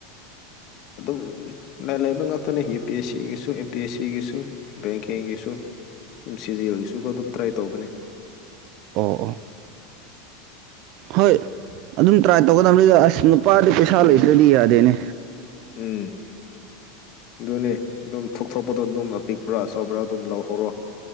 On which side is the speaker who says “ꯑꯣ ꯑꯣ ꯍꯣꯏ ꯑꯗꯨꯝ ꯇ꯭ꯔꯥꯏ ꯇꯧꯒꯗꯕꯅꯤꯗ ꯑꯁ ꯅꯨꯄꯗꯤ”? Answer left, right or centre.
Right